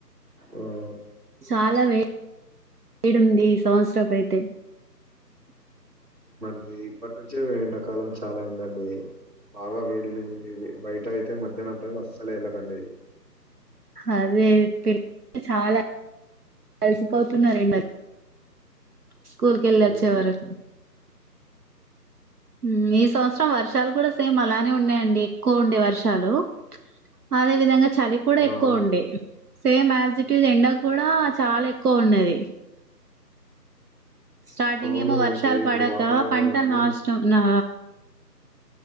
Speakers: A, on the right (about 25°); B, on the right (about 65°).
A: అవున్
B: చాలా వేడ్ వేడుంది. స్ సంవత్సరపు అయితే
A: డి ఇప్పటి నుంచే ఎండాకాలం చాలా అయిందండి. బాగా వేడ్ <unintelligible> బయట అ తే మధ్యాహ్నం టైం అస్సాల ఎల్లకండి.
B: అదే పిల్లలు చాలా అలిసిపోతున్నారెండకి. స్కూల్కెళ్ళొచ్చే
A: ఉమ్,
B: వరక్ మ్మ్ ఈ సంవత్సరం వర్షాలు కూడా సేమ్ అలానే ఉన్నాయండి. ఎక్కువ ఉండే వర్షాలు అదే విధంగా చ్ చలి కూడా
A: అవునండి
B: ఎక్కువ ఉండే. సేమ్ యాజ్ ట్ టీజ్ ఎండక్ గూడా చాలా ఎక్కువ ఉన్నది. స్టార్టింగ్
A: అవును
B: ఏమో వర్షాల్
A: అండి
B: పడక
A: ఇప్పుడు వాతావరణాలన్నీ
B: పంటల్ నాశ్నం నా